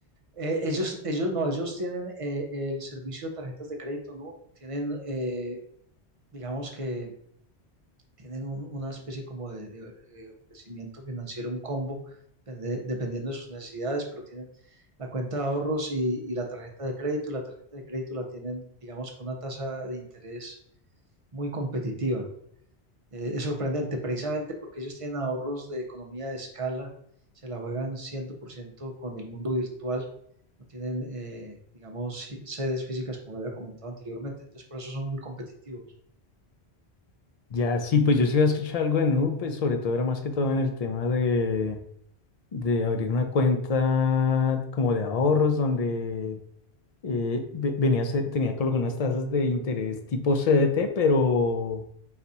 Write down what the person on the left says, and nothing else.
Ya, sí, pues yo sí había escuchado algo de Nu, pues sobre todo era más que todo en el tema de, de abrir una cuenta como de ahorros donde eh, ve- venía, a ser- tenía colocado unas tasas de interés tipo CDT, pero